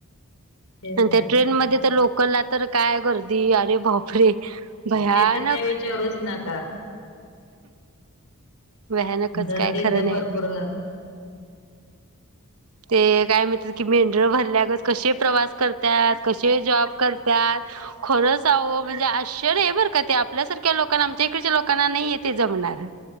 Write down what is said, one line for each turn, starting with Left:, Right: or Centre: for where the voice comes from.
Left: तेच
Right: आणि त्या
Left: ना
Right: ट्रेन मध्ये तर लोकला तर काय गर्दी अरे बापरे भयानक!
Left: ते तर काय विचारूच नका
Right: भयानकच
Left: गर्दीच
Right: काय खरं नाही
Left: भरपूर
Right: ते ते काय म्हणतात मेंढर भरल्यागत कसे प्रवास करत्यात कशी जॉब करत्यात खरचं आहो म्हणजे अशी तर हे बरं का ते आपल्यासारख्या लोकांना आमच्या इकडच्या लोकांना नाही ते जमणार